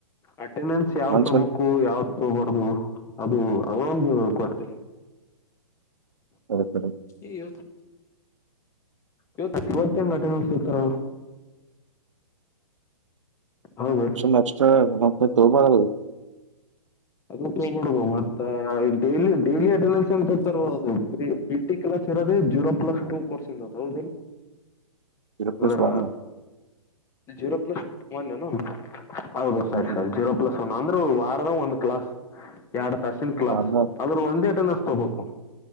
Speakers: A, on the left; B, on the right.
A: ಅಟೆಂಡೆನ್ಸ್ ಯಾವ್
B: ಮನ್ಸಲ್
A: ತೊಗಬೇಕು ಯಾವ ಹೋಗ್ಬಾರ್ದು ಅದು ಅವೊಂದು ಗೊತ್ತಿಲ್ಲ
B: ಹಓ ಸ
A: ಏ್ವತ್ತು ಇವತ್ತು ಇವತ್ತು ಏನ ಆಟ ಅಡಸಿತಾರ ಅವವು ಹೌದು
B: ಎನ್ ಎಕ್ಸ್ಟ್ರಾ ತೋ ಬ
A: ಅದೈ ಮಾಡಬ ಮತ್ತ ಡಲಿ ಡೈಲಿ ಅಟೆಂಡನ್ಸ್ ಎ ತತರ್ಬೋದು ಅದು ಟಿ ಕ್ಲಾಸ್ ಇರೋದೆ ಜೀರೋ ಪ್ಲಸ್ ಟ ಕೋರ್ಸ ಇ ಹೌದ
B: ಇರಪ್ಲಸ್
A: ಅದರ
B: ವಾರ್ನ
A: ಜೀರೋ ಪ್ಲಸ್ ಒನ್ ಏನು ಹೌದು ಸರಿ
B: ಹ್ಮ್
A: ಸರಿ ಜೀರೋ ಪ್ಲಸ್ ಒಂದ ಅಂದ್ರ ವಾರದ ಒಂದು ಕ್ಲಾಸ್ ಎರಡು ತಸಿನ ಕ್ಲಾಸ್
B: ವಾರ್ನ
A: ಆದ್ರ ಒಂದೇ ಅಟೆಂಡನ್ಸ್ ತಗಬೇಕು